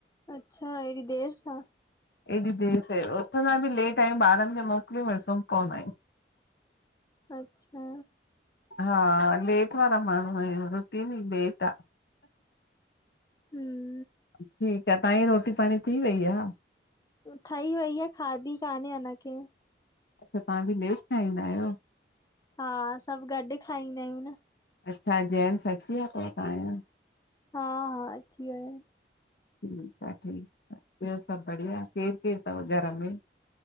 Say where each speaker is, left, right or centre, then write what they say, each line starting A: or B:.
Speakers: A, on the left; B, on the left.
A: अच्छा, हेॾी देर सां?
B: एॾी देर दे उथंदा बि लेट आयूं ॿारन खे मोकले वरी सुमी पवना आयूं।
A: अच्छा।
B: हा लेट वारा माण्हू आयूं, रुटीन ई लेट आ।
A: हम्म,
B: ठीक आ, तव्हांजी रोटी पाणी थी वई आ?
A: ठही वई आ खाधी कान्हे अना कें।
B: अच्छा तव्हां भी लेट ठाहींदा आहियो
A: हा सभ गॾु खाईंदा आहियूं न
B: अच्छा जेन्स अची वया तव तव्हांजां
A: हा हा अची वया आहिन
B: ठीक आ ठीक आ ॿियो सभ बढ़िया केर केर तव घर में